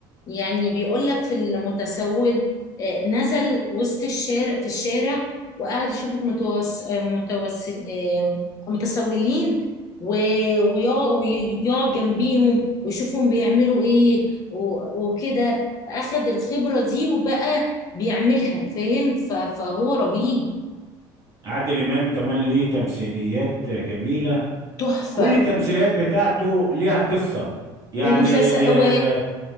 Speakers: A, on the left; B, on the right.
A: يعني بيقول لك في المتسول آه، نزل وسط الشارع في الشارع وقعد يشوف المتوس... آه، متوسل آه، متسولين و- ويقع- ويقعد جنبيهم ويشوفهم بيعملوا ايه و- وكده اخد الخبرة دي وبقى بيعملها فاهم ف- فهو رهيب
B: عادل إمام كمان ليه تمثيليات جميلة
A: تحفة
B: كل التمثيليات بتاعته ليها قصة يعني
A: ومسلسل
B: آه،
A: و...